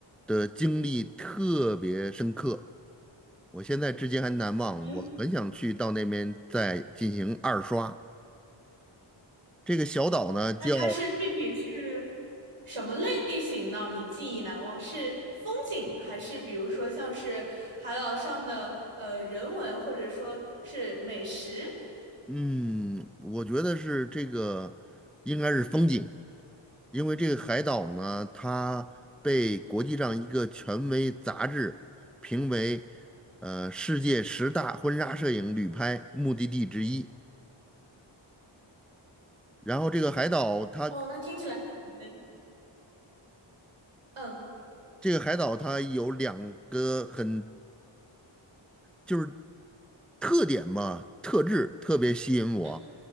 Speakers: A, in the centre; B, on the right.
A: 的经历特别深刻，我现在至今还难忘。
B: 嗯，
A: 我很想去到那边再进行二刷。这个小岛呢，叫
B: 那它是具体是什么类型呢？你记忆难忘是风景，还是比如说像是海岛上的呃人文，或者说是美食？
A: 嗯，我觉得是这个应该是风景，因为这个海岛呢，它被国际上一个权威杂志评为呃世界十大婚纱摄影旅拍目的地之一。然后这个海岛它
B: 哦，那听起来可能嗯
A: 这个海岛它有两个很就是特点嘛，特质特别吸引我。
B: 嗯